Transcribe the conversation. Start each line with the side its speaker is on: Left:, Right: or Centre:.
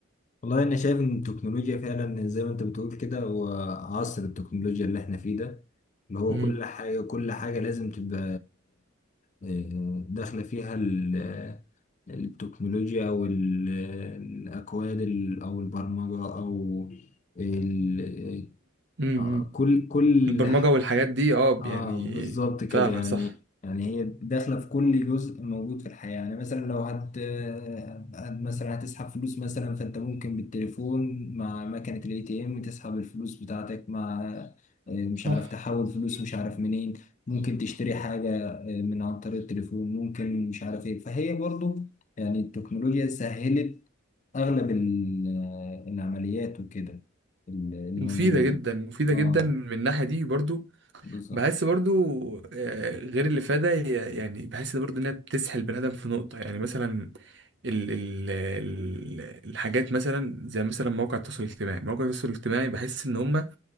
Left: والله انا شايف ان التكنولوجيا فعلا زي ما انت بتقول كده هو عصر التكنولوجيا اللي احنا فيه ده اللي هو
Right: امم
Left: كل حاجة كل حاجة لازم تبقى آه، داخلة فيها ال- التكنولوجيا او ال- الاكواد ال- او البرمجة او ال-
Right: امم
Left: آه، كل كل
Right: البرمجة والحاجات دي اه
Left: اه
Right: يعني
Left: بالظبط كده
Right: فعلا
Left: يعني
Right: صح
Left: يعني هي داخله في كل جزء موجود في الحياه يعني مثلا لو هت هت- مثلا هتسحب فلوس مثلا فانت ممكن بالتليفون مع مكنه الاي تي ام تسحب الفلوس بتاعتك مع آه، مش
Right: صح
Left: عارف تحول فلوس مش عارف منين ممكن تشتري حاجه آه، من عن طريق التليفون ممكن مش عارف ايه فهي برضو يعني التكنولوجيا سهلت اغلب ال- آه، العمليات وكده اللي اللي
Right: مفيدة
Left: موجوده
Right: جدا مفيدة
Left: اه
Right: جدا من الناحية دي برضو
Left: بالظبط
Right: بحس برضو آه، غير الإفادة هي يعني بحس برضو إنها بتسحل البني آدم في نقطة يعني مثلا ال ال ال الحاجات مثلا زي مثلا مواقع التواصل الاجتماعي مواقع التواصل الاجتماعي بحس إن هما